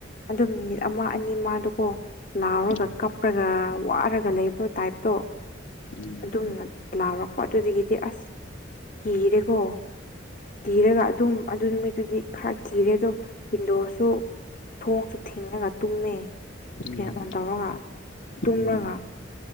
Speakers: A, on the left; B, on the left.
A: ꯑꯗꯨ ꯃꯤꯅꯤꯠ ꯑꯃ ꯑꯅꯤ ꯑꯃꯗꯨꯀꯣ ꯂꯥꯎꯔꯒ
B: ꯎꯝ ꯎꯝ
A: ꯀꯞꯄꯔꯒ ꯋꯥꯔꯒ ꯂꯩꯕ꯭ꯔꯣ ꯇꯥꯏꯞꯇꯣ
B: ꯎꯝ
A: ꯑꯗꯨꯝꯅ ꯂꯥꯎꯔꯛꯄ ꯑꯗꯨꯗꯒꯤꯗꯤ ꯑꯁ ꯀꯤꯔꯦꯀꯣ ꯀꯤꯔꯒ ꯑꯗꯨꯝ ꯑꯗꯨ ꯅꯨꯃꯤ ꯑꯗꯨꯗꯤ ꯈꯔ ꯀꯤꯔꯦ ꯑꯗꯣ ꯋꯤꯟꯗꯣꯁꯨ ꯊꯣꯡꯁꯨ ꯊꯦꯡꯉꯒ ꯇꯨꯝꯃꯦ
B: ꯎꯝ
A: ꯐꯦꯟ ꯑꯣꯟ ꯇꯧꯔꯒ
B: ꯎꯝ
A: ꯇꯨꯝꯔꯒ